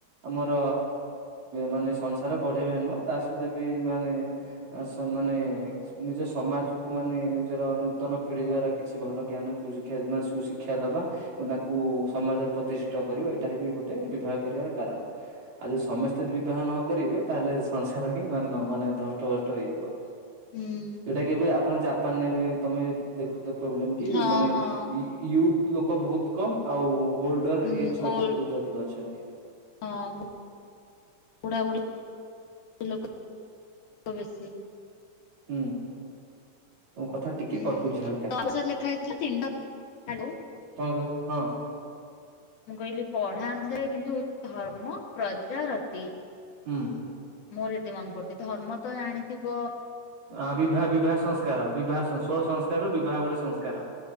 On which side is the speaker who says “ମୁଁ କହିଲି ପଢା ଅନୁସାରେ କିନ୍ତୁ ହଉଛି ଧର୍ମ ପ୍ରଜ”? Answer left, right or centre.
Left